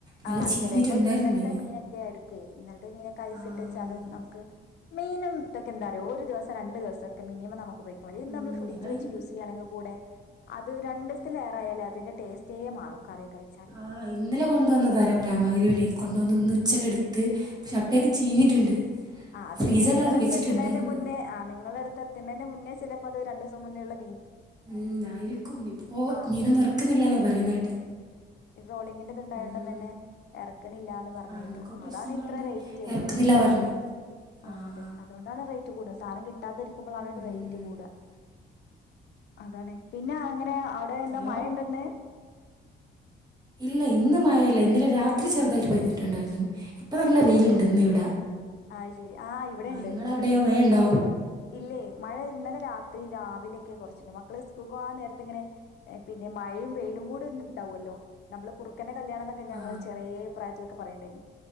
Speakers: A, on the right; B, on the left.
A: നല്ല
B: ആഹ്
A: ചീഞ്ഞിട്ടുണ്ടായിരുന്നു
B: ചെലേപ്പം ഇന്നലത്തെ
A: മീന്
B: മീനൊക്കെ ആയിരുക്കെ ഇന്നല്ത്തെ മീനൊക്കെ അയ്സിട്ട്
A: ആഹ്
B: വച്ചാലും നമുക്ക് മീനുംതൊക്കെ എന്താറിയൊ ഒരു ദിവസം രണ്ടു ദിവസ ത്തൊക്കെ മിനിമം നമു <unintelligible> കൊറെയല്ലാം
A: ഉം
B: നമ്മള് ഫ്രിഡ്ജ്
A: ഞങ്ങള്
B: വെച്ച് യൂസെയ്യാണെങ്കില് കൂടെ അത് രണ്ടീസ്ത്തിലേറായാലെ അതിന്റെ ടേസ് റ്റേ മാറും കറിയൊക്കെ വെച്ചാല്
A: ആ ഇന്നലയാ കൊണ്ടുവന്നത് ാര രാരാമഗരിവി വി നക്കൊണ്ട് <unintelligible> കൊണ്ടൊന്നു ഇന്ന് ഉച്ചക്കെ എടുത്ത് പക്ഷെ അപ്പേക്ക് ചീഞ്ഞിട്ടുണ്ട്
B: ആ അത്
A: ഫ്രീസറിലായിരുന്നു
B: നിങ്ങളെ അടുത്ത്
A: വെച്ചിട്ടുണ്ടായിരുന്നത്
B: എത്തണേൻ്റെ മുന്നേ ആ നിങ്ങളെ അടുത്ത് ണേൻ്റെ മുന്നേ മ ചെലപ്പോ അത് രണ്ടീസം മുന്നേള്ള
A: ഉം ആയേക്കും ഇപ്പോ
B: ആഹ്
A: മീനൊന്നും ഇറക്കു ന്നില്ലാന്ന പറയുന്ന കേട്ടെ
B: ട്രോളിങ്ങിന്റെദ് ണ്ടായതുകൊണ്ട്ന്നെ
A: ഉം
B: എ റക്കണില്ലാന്ന് പറയുന്ന
A: ആഹ്
B: കേട്ടു
A: എന്തൊക്കോ പ്രശ്നങ്ങളുണ്ട്
B: അതാണ് ഇത്രെ റേറ്റ്
A: ഇറക്കുന്നില്ല പറഞ്ഞ്
B: ആ
A: ആഹ്
B: അതെ അതോണ്ടാണ് റേറ്റ് കൂടാ സാനം കിട്ടാതിരിക്കുമ്പോ ആണ്
A: ഉം
B: റേറ്റ് കൂടാ അതാണ് പിന്നെ അങ്ങനെ അവടെ എന്താ
A: ഹലോ
B: മഴണ്ടോന്ന്
A: ഇല്ല ഇന്ന് മഴ ഇല്ല ഇന്നലെ രാത്രി ചെറുതായിട്ട് പെയ്തിട്ടുണ്ടായിരുന്നു ഇപ്പം നല്ല
B: ആ
A: വെയിലുണ്ട് ഇന്ന് ഇവിടെ
B: അത്ശരി ആ ഇവിടെയുണ്ട്
A: നിങ്ങളവിടെയോ മഴയുണ്ടോ
B: ഇല്ല്യെ മഴ ഇന്നലെ രാത്രി രാവിലെക്കെ കൊറച്ച്ണ്ട് മക്കൾ സ്കൂൾക്ക് പോവാൻ നേരത്ത് ഇങ്ങനെ പിന്നെ മഴയും വെയിലും കൂടെ ണ്ടാവുല്ലോ നമ്മൾ കുറു ക്കൻ്റെ കല്യാണം ന്നൊക്കെ ഞങ്ങൾ
A: ആ
B: ചെറിയ പ്രായത്തിൽ പറയണ്ടായ്നി